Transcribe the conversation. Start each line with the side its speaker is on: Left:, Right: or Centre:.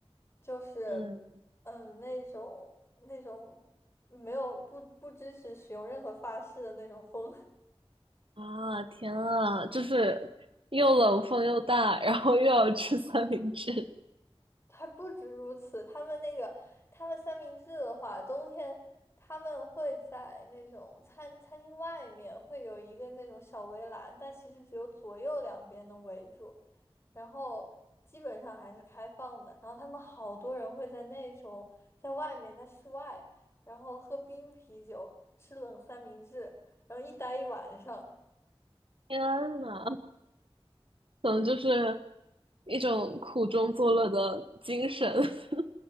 Left: 就是嗯那种那种没有不不支持使用任何发饰的那种风，
Right: 嗯。啊，天啊，就是又冷风又大，
Left: <laughs> 嗯。
Right: 然后又要吃三明治，
Left: 还不止如此，他们那个他们三明治的话，冬天他们会在那种餐餐厅外面会有一个那种小围栏，但其实只有左右两边能围住，然后基本上还是开放的。然后他们好多人会在那种在外面在室外，然后喝冰啤酒，吃冷三明治，然后一待一晚上。
Right: 天呐，可能就是一种苦中作乐的精神。<laughs>